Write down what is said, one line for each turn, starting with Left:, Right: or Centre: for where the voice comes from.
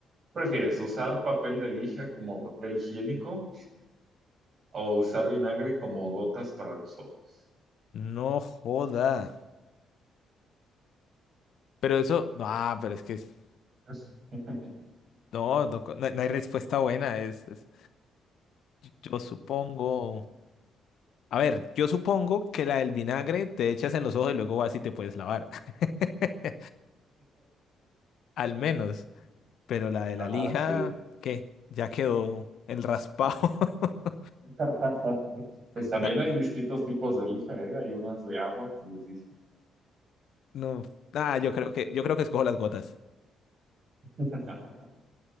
Right: ¿Prefieres usar papel de lija como papel higiénico o usar vinagre como gotas para los ojos?
Left: No joda. Pero eso, no, ah, pero es que es-
Right: <laughs>
Left: no, no, co- no hay no hay respuesta buena. Es, es- yo supongo. A ver, yo supongo que la del vinagre te echas en los ojos y luego vas y te puedes lavar. <laughs> Al menos. Pero la de
Right: Ajá,
Left: la lija,
Right: sí.
Left: ¿qué? Ya quedó el raspado. <laughs>
Right: <laughs> Pues también
Left: Na-
Right: hay distintos tipos de lija, ¿eh? Hay unas de agua que les dicen.
Left: no, ah, yo creo que, yo creo que escojo las gotas.
Right: <laughs>